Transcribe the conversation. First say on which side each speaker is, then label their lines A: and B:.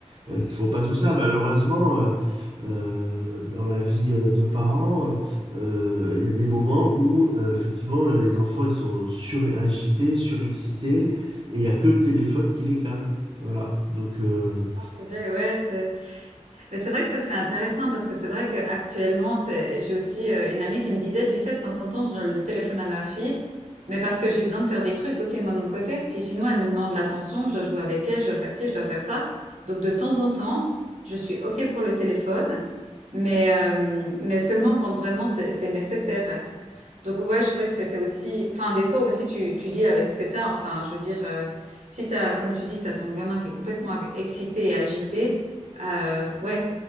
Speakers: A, on the right; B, on the right.
A: euh, qui font pas tout ça. Malheureusement, euh, euh, dans la vie euh, de parents, euh, il y a des moments où euh, effectivement euh, les enfants ils sont suragités, surexcités, et il n'y a que le téléphone qui les calme. Voilà, donc euh,
B: Ah, purée, ouais, c'est... Mais c'est vrai que ça, c'est intéressant parce que c'est vrai qu'actuellement, c'est, j'ai aussi euh, une amie qui me disait, tu sais, de temps en temps, je donne le téléphone à ma fille, mais parce que j'ai besoin de faire des trucs aussi, moi, de mon côté. Puis sinon, elle me demande l'attention, je dois jouer avec elle, je dois faire ci, je dois faire ça. Donc, de temps en temps, je suis OK pour le téléphone, mais, euh, mais seulement quand vraiment c'est c'est nécessaire. Donc ouais, je trouvais que c'était aussi... Enfin, des fois aussi, tu, tu dis avec ce que t'as. Enfin, je veux dire, euh, si t'as, comme tu dis, t'as ton gamin qui est complètement ag- excité et agité, euh, ouais,